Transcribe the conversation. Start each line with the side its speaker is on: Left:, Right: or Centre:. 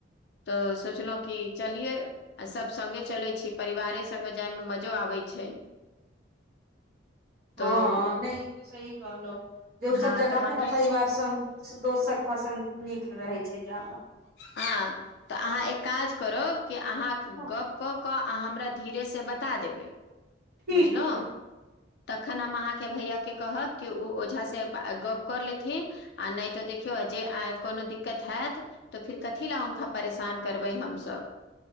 Left: त सोचलहूँ कि चलियै, सभ संगे चलै छी परिवारे संगे जाय मे मजा मजा आबै छै।
Right: हा,
Left: तऽ
Right: नहि इ तो सही कहलह, जे ओ
Left: हँ
Right: सभ जगह
Left: तऽ
Right: अपन
Left: हमरा
Right: परिवार संग से दोस सखा संग नीक रहै छै। जाय मे।
Left: हा, त अहाँ एक काज करब कि अहा गप
Right: हँ
Left: कऽ के आ हमरा धीरे से बता देबै,
Right: ठीक
Left: बुझलहूँ
Right: छै
Left: तखन हम अहाँकेँ भैयाके कहब कि ओ ओझासे गप क लेथिन आ नहि तऽ देखियौ जे कोनो दिकत हयत त फिर कथी लए हुनका परेशान करबै हमसभ।